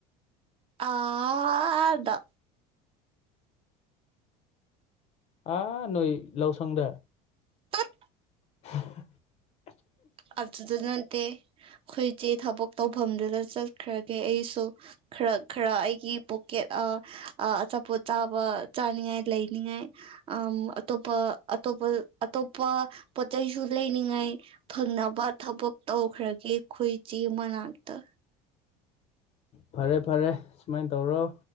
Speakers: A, on the right; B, on the left.
A: ꯑꯗ
B: ꯑꯥ ꯅꯣꯏ ꯂꯧꯁꯪꯗ
A: ꯇꯠ
B: <unintelligible> <inaudible>
A: ꯑꯐꯖꯗ ꯅꯦ ꯑꯩꯈꯣꯏꯆꯦ ꯊꯕꯛ ꯇꯧꯐꯝꯗꯨꯗ ꯆꯠꯈ꯭ꯔꯒꯦ ꯑꯩꯁꯨ ꯈꯔ ꯈꯔ ꯑꯩꯒꯤ ꯄꯀꯦ ꯑꯆꯥꯄꯣꯠ ꯆꯥꯕ ꯆꯥꯅꯤꯡꯉꯥꯏ ꯂꯩꯅꯤꯡꯉꯥꯏ ꯑ ꯑꯇꯣꯞꯄ ꯑꯇꯣꯞꯄ ꯑꯇꯣꯞꯄ ꯄꯣꯠ ꯆꯩꯁꯨ ꯂꯩꯅꯤꯡꯉꯥꯏ ꯐꯪꯅꯕ ꯊꯕꯛ ꯇꯧꯈ꯭ꯔꯒꯦ ꯈꯣꯏꯆꯤ ꯃꯅꯥꯛꯇ
B: ꯐꯔꯦ ꯐꯔꯦ ꯁꯨꯃꯥꯏꯅ ꯇꯧꯔꯣ